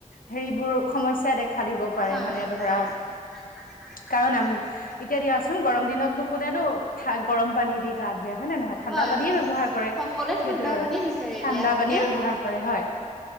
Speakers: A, on the left; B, in the centre.
A: হেৰিবোৰ সমস্যাদেখা দিব পাৰে
B: হয়
A: মানে
B: হয়
A: ধৰা
B: হয় <unintelligible>
A: কাৰণ এতিয়া দিয়াচোন গৰম দিনতনো কোনেনো থ গৰম পানী দি গা ধুই আহ হয় নে নহয় ঠাণ্ডা
B: হয়
A: পানীয়ে
B: হয়
A: ব্যৱহাৰ
B: হয়
A: কৰে
B: সকলোৱে ঠাণ্ডা
A: সেইটো আৰু
B: পানী বিচাৰি
A: ঠাণ্ডা
B: দিয়া হয়নে
A: পানীয়ে ব্যৱহাৰ কৰে হয়